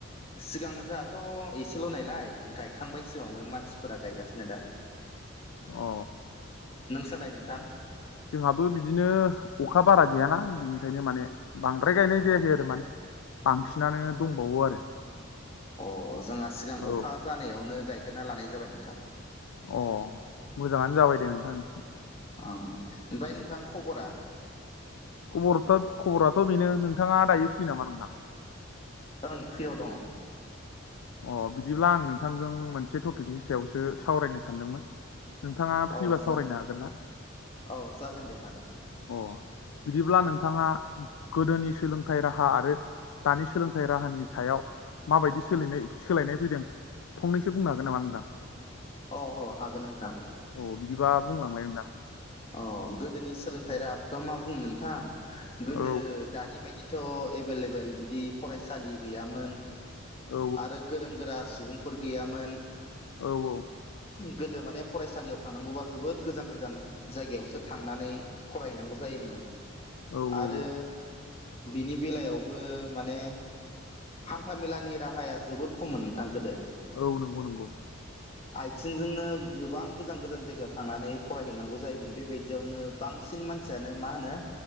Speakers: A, on the left; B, on the left.
A: सिगां जाहाथ' एस एसेल' ननायलाय गायखांबाय सिगाङावनो मानसिफोरा गायगासिनो दा।
B: अ
A: नोंसालाय नोंथां?
B: जोंहाबो बिदिनो अखा बारा गैयाना बिनिखायनो माने बांद्राय गायनाय जायाखै आरो माने। बांसिनानो दंबावो आरो।
A: अ जोंहा सिगां
B: औ
A: अखा जानायावनो गायगेरा लानाय जाबाय नोंथां।
B: अ मोजाङानो जाबाय दे नोंथां।
A: औ ओमफ्राय नोंथां खबरा
B: खबराथ' खबराथ' बेनो नोंथाङा दायो फैयो नामा नोंथां?
A: ओं फ्रियाव दङ।
B: अ बिदिब्ला आं नोंथांजों मोनसे टपिकनि सायावसो सावरायनो सानदोंमोन। नोंथाङा फ्रिबा
A: अ जा
B: सावरायनो हागोन ना?
A: अ जागोन दे हागोन
B: अ बिदिब्ला नोंथाङा? गोदोनि सोलोंथाइ राहा आरो दानि सोलोंथाइ राहानि सायाव माबायदि सोलायनाय सोलायनाय फैदों फंनैसो बुंनो हागोन नामा होनदा?
A: अ अ हागोन नोंथां।
B: अ बिदिबा बुंलांलाय नोंथां।
A: अ गोदोनि सोलोंथाइ
B: औ
A: राहाखौथ' मा बुंनो नोंथां गोदो
B: औ
A: दानि बायदि थ' एभेलेबेल बिदि फरायसालि गैयामोन।।
B: औ
A: आरो गोरों गोरा सुबुंफोर गैयामोन।
B: औ औ
A: गोदो माने फरायसालियाव थांनांगौबा जोबोद गोजान गोजान जायगायावसो थांनानै फरायनांगौ जायोमोन।
B: औ औ
A: आरो
B: औ
A: बिनि बेलायावबो माने हान्थाामेलानि राहाया जोबोद खममोन नोंथां गोदो।
B: औ नंगौ नंगौ
A: आथिंजोंनो गोबां गोजान गोजान जायगायाव थांनानै फरायहैनांगौ जायोमोन बेबायदियावनो बांसिन मान सियानो मा होनो